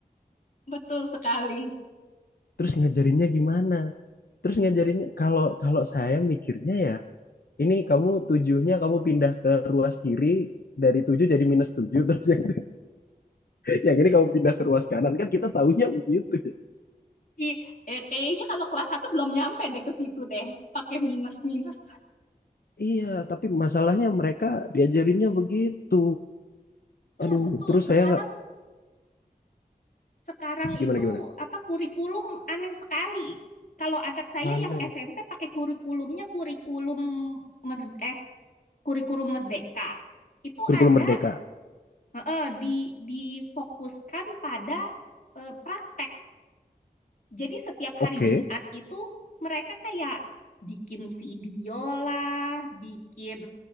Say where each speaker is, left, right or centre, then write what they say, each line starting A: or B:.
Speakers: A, on the left; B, on the left.
A: Betul sekali.
B: Terus ngajarinnya gimana? Terus ngajarinnya kalau kalau saya mikirnya ya, ini kamu tujuhnya kamu pindah ke ruas kiri dari tujuh jadi minus tujuh <laughs> terus yang, yang ini kamu pindah ke ruas kanan kan kita taunya begitu. ya.
A: Di, eh, kayaknya kalau kelas satu belum nyampe deh ke situ deh, pakai minus-minus.
B: Iya, tapi masalahnya mereka diajarinnya begitu.
A: Iya,
B: Aduh,
A: betul.
B: terus
A: Sekarang
B: saya nggak
A: sekarang
B: gimana
A: itu
B: gimana.
A: apa kurikulum aneh sekali. Kalau anak saya
B: Aneh.
A: yang SMP pakai kurikulumnya kurikulum mer- eh kurikulum merdeka. Itu
B: Kurikulum
A: ada
B: Merdeka.
A: eh, eh, di difokuskan pada eh, praktek. Jadi setiap
B: Oke.
A: hari Jumat itu mereka kayak bikin video lah, bikin